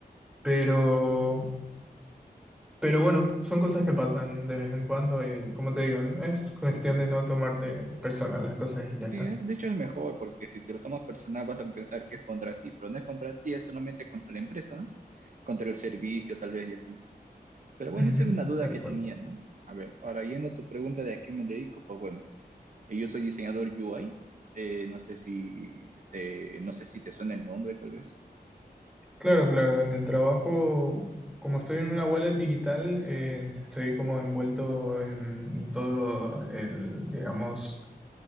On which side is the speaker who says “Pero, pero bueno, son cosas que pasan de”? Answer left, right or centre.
Centre